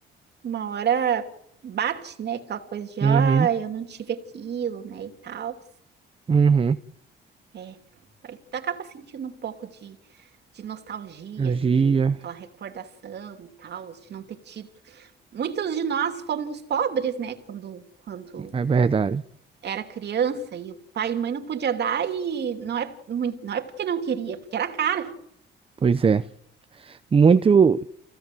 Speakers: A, on the right (about 55°); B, on the right (about 25°).
A: uma hora bate, né? Aquela coisa de, ó,
B: Uhum,
A: eu não tive aquilo, né? E tal.
B: uhum.
A: É, aí tu acaba sentindo um pouco de, de nostalgia
B: Cirurgia,
A: e aquela recordação e tal, de não ter tido. Muitos de nós fomos pobres, né? Quando, quando
B: é verdade.
A: era criança e o pai e mãe não podia dar e não é, mui- não é porque não queria, porque era caro.
B: Pois é. Muito,